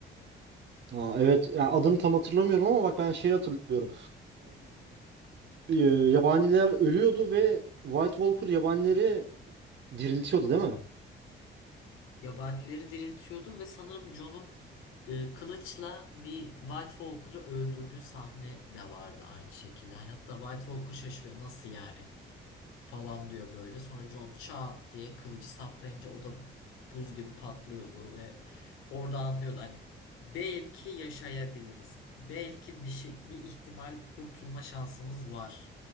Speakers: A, on the right; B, on the left.
A: Aa, evet ya adını tam hatırlamıyorum ama bak ben şeyi hatırlıyorum. Ee, e, yabaniler ölüyordu ve White Walker yabanileri diriltiyordu değil mi?
B: yabanileri diriltiyordu ve sanırım Jon'un e, kılıçla bir White Walker'ı öldürdüğü sahne de vardı aynı şekilde. Hani hatta White Walker şaşırıyor nasıl yani falan diyor böyle. Sonra Jon çat diye kılıcı saplayınca o da buz gibi patlıyordu ve orada anlıyordu hani belki yaşayabiliriz. Belki bir şey, bir ihtimal kurtulma şansımız var